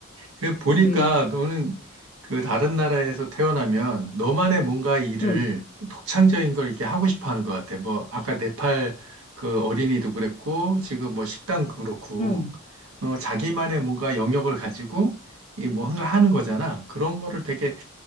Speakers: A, on the right; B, on the left.
A: 그 보니까
B: 응,
A: 너는 그 다른 나라에서 태어나면 너만의 뭔가 일을
B: 응,
A: 독창적인 걸 이렇게 하고 싶어 하는 것 같아. 뭐 아까 네팔 그 어린이도 그랬고 지금 뭐 식당 그렇고
B: 응.
A: 어, 자기만의 뭔가 영역을 가지고 이 뭔가 하는 거잖아. 그런 거를 되게